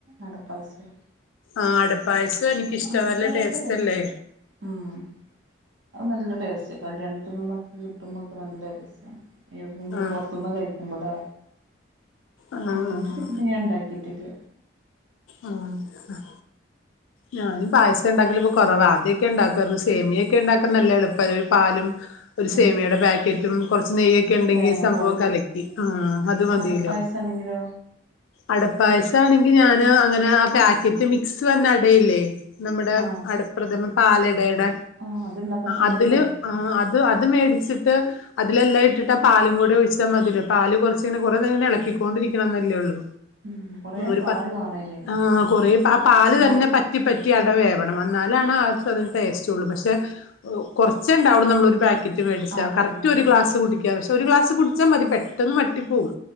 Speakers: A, on the right; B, on the left.
A: അടപ്പായസം
B: ആടപ്പായസം എനിക്കിഷ്ട
A: അടപ്പായസം
B: നല്ല ടേസ്റ്റ്
A: രസാ
B: അല്ലേ
A: ഉം അത് നല്ല ടേസ്റ്റ കല്യാണത്തിനന്നൊക്കെ കിട്ടുമ്പോക്കെ നല്ല രസവാണ് എവിടുന്നെങ്കിലും
B: ആഹ്
A: പുറത്തുന്ന് കഴി മ്പഴേ
B: ആഹ്
A: വീട്ടിൽ
B: ആഹ്
A: പിന്നെ ഞാൻ ഉണ്ടാക്കിയിട്ടില്ല
B: ആഹ് ഞാനും പായസവുണ്ടാക്കലിപ്പൊ കുറവാ ആദ്യക്കെ ഉണ്ടാക്കുവാരുന്നു സേമിയായൊക്കെ ഉണ്ടാക്കാൻ നല്ല എളുപ്പവാ ഒരു പാലും ഒരു സേമിയയുടെ
A: ഉം
B: പാക്കറ്റും കുറച്ച് നെയ്യൊ ക്കെ ഉണ്ടെങ്കി
A: തേങ്ങാ
B: സംഭവം
A: പാലും
B: കലക്കി ആ അത് മതീലോ
A: അടപ്പായസാണെങ്കിലോ
B: അടപ്പായസം ആണെങ്കി ഞാന് അങ്ങനെ ആ പാക്കറ്റ് മിക്സ് വരുന്ന അടയില്ലേ നമ്മടെ
A: ആഹ്
B: അടപ്രഥമ പാലടയുടെ
A: ആഹ് അത്ണ്ടാക്കാൻ സുഖല്ലേ
B: അതില് ആ അത് അത് മേടിച്ചിട്ട് അതിലെല്ലാം ഇട്ടിട്ട് ആ പാലും കൂടി ഒഴിച്ച് നമ്മൾ മതില്ലോ പാല് കുറച്ചിങ്ങന കുറേ നേരം ഇങ്ങനെ ഇളക്കിക്കൊണ്ടിരിക്കണന്നല്ലേ ഒള്ളൂ
A: ഉം കൊറേ
B: ഒരു
A: പാല്
B: പ
A: വേണം അയില്
B: ആ കൊറ പ ആ പാല്
A: മ
B: തന്നെ പറ്റി പറ്റി അട വേവണം എന്നാലാണ് ആ സാധനം ടേസ്റ്റ് ഒള്ളൂ പക്ഷെ കൊറച്ചെ ഉണ്ടാവുള്ളു നമ്മളൊരു പാ ക്കറ്റ് മേടിച്ച
A: അതന്നെ
B: കറക്റ്റ് ഒരു ഗ്ലാസ് കുടിക്കാം പക്ഷെ ഒരു ഗ്ലാസ് കുടിച്ചാ മതി പെട്ടെന്ന് വട്ടി പോവും